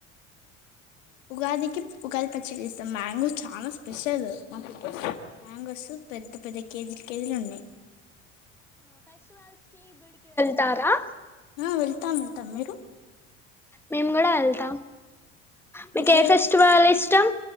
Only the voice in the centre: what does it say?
దారా
మేము కూడా వెళ్తాం మీకు
ఏ
ఫెస్టివల్ ఇష్టం